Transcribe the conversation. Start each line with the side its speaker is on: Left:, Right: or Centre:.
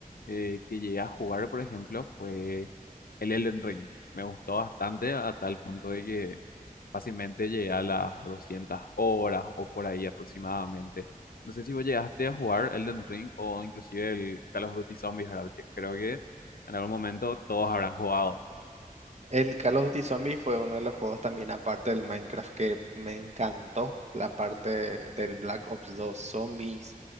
Left: eh, que llegué a jugar, por ejemplo, fue el Elden Ring. Me gustó bastante a tal punto de que fácilmente llegué a las 200 horas o por ahí aproximadamente. No sé si vos llegaste a jugar Elden Ring o inclusive el Call of Duty Zombies, ¿verdad? Que creo que en algún momento todos habrán jugado.
Right: El Call of Duty Zombie fue uno de los juegos también, aparte del Minecraft, que me encantó. La parte del Black Ops dos Zombies.